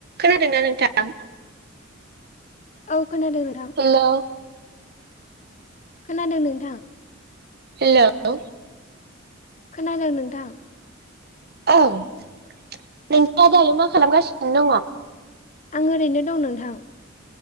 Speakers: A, on the right; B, on the left.
A: खोनादोंना नोंथां
B: औ खोनादों नोंथां
A: हेलौ
B: खोनादों नोंथां
A: हेलौ
B: खोनादों नोंथां
A: औओ नोंथाङा आदायो मा खालामगासिनो दंङ
B: आं ओरैनो दं नोंथां